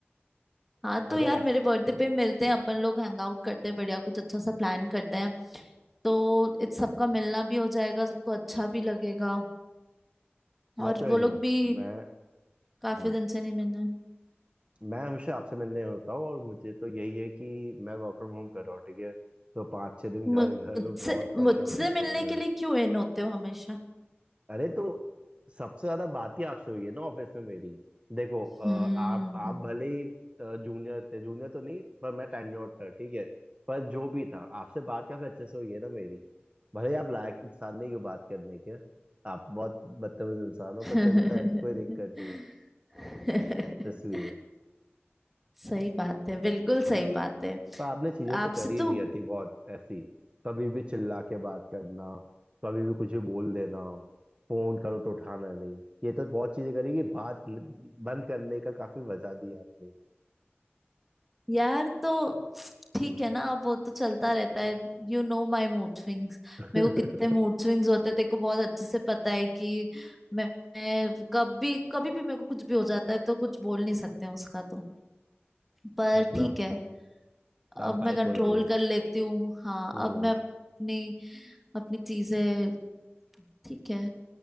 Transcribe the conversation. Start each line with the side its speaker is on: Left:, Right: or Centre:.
Centre: हाँ तो
Right: अगर
Centre: यार
Right: ऐस
Centre: मेरे बर्थडे पे मिलते हैं अपन लोग हैंग आउट करते हैं बढ़िया कुछ अच्छा सा प्लान करते हैं तो इत सबका मिलना भी हो जाएगा सबको अच्छा भी लगेगा
Right: मैं
Centre: और
Right: तो
Centre: वो
Right: इन
Centre: लोग
Right: हूँ
Centre: भी
Right: मैं
Centre: काफी
Right: हूँ
Centre: दिन से नहीं मिले
Right: मैं हमेशा आपसे मिलने होता हूँ और मुझे तो यही है कि मैं वर्क फ्रॉम होम कर रहा हूँ ठीक है तो पाँच छः दिन
Centre: मुझसे
Right: घर घर में बहुत परेशान
Centre: मुझसे
Right: हो जाता
Centre: मिलने
Right: हूँ मैं
Centre: के लिए क्यों इन होते हो हमेशा
Right: अरे तो सबसे ज्यादा बात ही आपसे हुई है ना ऑफिस में मेरी देखो अ,
Centre: हम्म
Right: आप आप भले ही जूनियर थे जूनियर तो नहीं पर मैं टेन्योर्ड था ठीक है पर जो भी था आपसे बात काफी अच्छे से हुई है ना मेरी भले ही आप लायक इंसान नहीं हो बात करने के आप बहुत बदतमीज इंसान हो
Centre: <laughs>
Right: पर चलता है कोई दिक्कत नहीं है इसलिए
Centre: सही बात है बिल्कुल सही बात है
Right: पर आपने चीजें तो
Centre: आपसे
Right: करी
Centre: तो
Right: नहीं आती बहुत ऐसी कभी भी चिल्ला के बात करना कभी भी कुछ भी बोल देना फोन करो तो उठाना नहीं ये तो बहुत चीजें करी कि बात न- बंद करने का काफी वजह दी आपने
Centre: यार तो ठीक है ना अब वो तो चलता रहता है You know my mood swings
Right: <laughs>
Centre: मेरे को कितने मूड स्विंग्स होते हैं तेरे को बहुत अच्छे से पता है कि मैं, मैं कभी कभी भी मेरे को कुछ भी हो जाता है तो कुछ बोल नहीं सकते हैं उसका तो पर
Right: अपना
Centre: ठीक है अब
Right: आप बाइपोलर
Centre: मैं कंट्रोल
Right: हो
Centre: कर लेती हूँ हाँ
Right: हम्म
Centre: अब मैं अपनी अपनी चीजें ठीक है